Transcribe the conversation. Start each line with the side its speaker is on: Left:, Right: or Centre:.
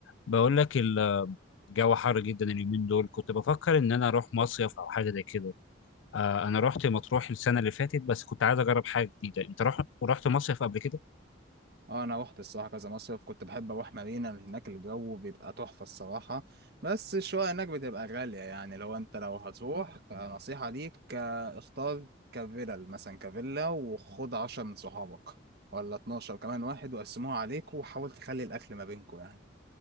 Left: بقول لك الجو حر جدا اليومين دول كنت بفكر ان انا اروح مصيف او حاجه زي كده آه انا رحت مطروح السنه اللي فاتت بس كنت عايز اجرب حاجه جديده انت رحت رحت مصيف قبل كده
Right: اه انا روحت الصراحه كذا مصيف كنت بحب اروح مارينا اللي هناك الجو بيبقى تحفه الصراحه بس الشقق هناك بتبقى غاليه يعني لو انت لو هتروح نصيحه ليك آه، اختار كفيلل مثلا كفيلا وخد عشرة من صحابك ولا 12 كمان واحد وقسموها عليك وحاول تخلي الاكل ما بينكم يعني